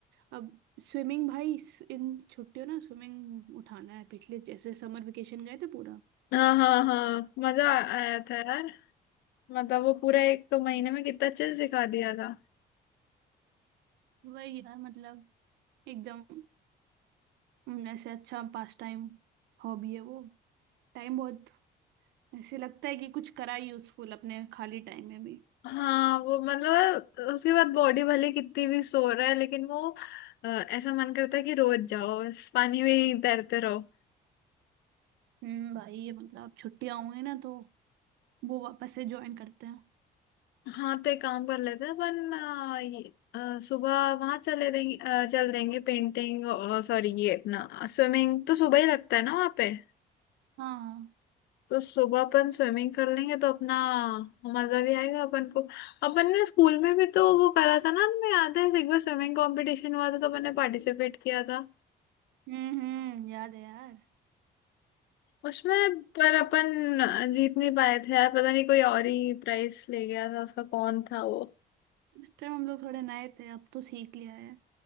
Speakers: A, on the right; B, on the left.
A: अब स्विमिंग भाई इस- इन छुट्टियों ना स्विमिंग उठाना है पिछले जैसे समर वेकेशन गए थे पूरा
B: हाँ हाँ हाँ मजा आ- आया था यार मतलब वो पूरा एक महीने में कितना अच्छे से सिखा दिया था
A: वही यार मतलब एकदम हम्म, ऐसे अच्छा पास टाइम हॉबी है वो टाइम बहुत ऐसे लगता है कि कुछ करा यूजफुल अपने खाली टाइम में भी
B: हाँ वो मतलब उसके बाद बॉडी भले कितनी भी सो रहा है लेकिन वो अ, ऐसा मन करता है कि रोज जाओ इस पानी में ही तैरते रहो
A: हम्म भाई ये मतलब छुट्टियां होंगी ना तो वो वापस से ज्वाइन करते हैं
B: हाँ तो एक काम कर लेते हैं अपन अ, ये, अ, सुबह वहां चले देंगे अ, चल देंगे पेंटिंग सॉरी ये अपना स्विमिंग तो सुबह ही लगता है ना वहाँ पे
A: हाँ हाँ
B: तो सुबह अपन स्विमिंग कर लेंगे तो अपना मजा भी आएगा अपन को अपन ने स्कूल में भी तो वो करा था ना तुम्हें याद है एक बार स्विमिंग कंपटीशन हुआ था तो अपन ने पार्टिसिपेट किया था
A: हम्म हम्म याद है यार
B: उसमें पर अपन जीत नहीं पाए थे यार पता नहीं कोई और ही प्राइस ले गया था उसका कौन था वो
A: उस टाइम हम लोग थोड़े नए थे अब तो सीख लिया है